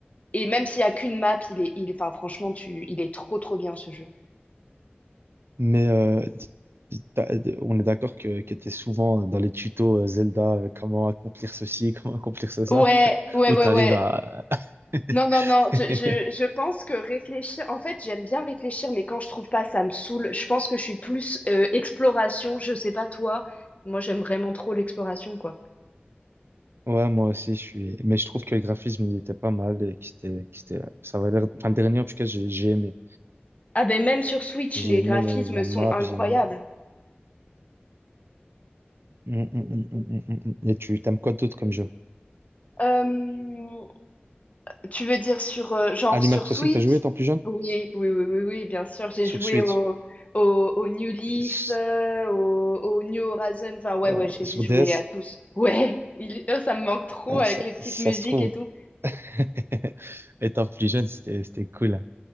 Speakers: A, on the left (about 35°); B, on the right (about 70°).
A: Et même s'il n'y a qu'une map, il est, il, enfin, franchement, tu, il est trop, trop bien ce jeu.
B: Mais euh, d- d- t'as- d- on est d'accord que, que tu es souvent dans les tutos euh, Zelda, euh, comment accomplir ceci, <laughs> comment accomplir ça,
A: Ouais, ouais,
B: où
A: ouais,
B: tu
A: ouais.
B: arrives à...
A: Non, non,
B: <laughs>
A: non, je, je, je pense que réfléchir, en fait, j'aime bien réfléchir, mais quand je trouve pas, ça me saoule. Je pense que je suis plus euh, exploration, je sais pas toi. Moi, j'aime vraiment trop l'exploration, quoi.
B: Ouais, moi aussi, je suis... Mais je trouve que le graphisme, il était pas mal, et que c'était... que c'était- Ça avait l'air... Enfin, le dernier, en tout cas, j'ai j'ai aimé.
A: Ah ben, même sur Switch,
B: J'ai
A: les
B: aimé
A: graphismes
B: la la
A: sont
B: map,
A: incroyables.
B: j'ai aimé... Mm, mm, mm, mm, mm, mm, mm. Et tu t'aimes quoi d'autre comme jeu?
A: Euh, Tu veux dire sur euh, genre
B: Animal
A: sur
B: Crossing,
A: Switch?
B: t'as joué étant plus jeune?
A: Oui, oui, oui, oui, oui, bien sûr. J'ai
B: Sur
A: joué
B: Switch,
A: au, au, au New Leaf,
B: s-
A: euh, au, au New Horizon. Enfin, ouais,
B: euh,
A: ouais, j'ai
B: sur
A: j'ai joué
B: DS,
A: à tous. Ouais, il- oh, ça me manque trop
B: hein,
A: avec
B: ça,
A: les petites
B: ça
A: musiques
B: se trouve.
A: et tout.
B: <laughs> Étant plus jeune, c'était c'était cool.